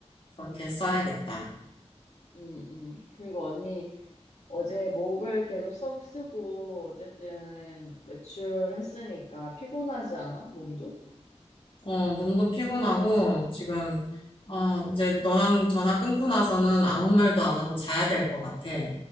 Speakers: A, on the left (about 50°); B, on the left (about 80°).
A: 그렇게
B: 음,
A: 써야겠다.
B: 음, 음. 그리고 언니 어제 목을 계속 썩 쓰고 어쨌든 외출했으니까 피곤하지 않아? 몸도?
A: 어, 몸도 피곤하고, 지금,
B: 음.
A: 어, 이제 너랑 전화 끊고 나서는 아무 말도 안 하고 자야 될 것 같아.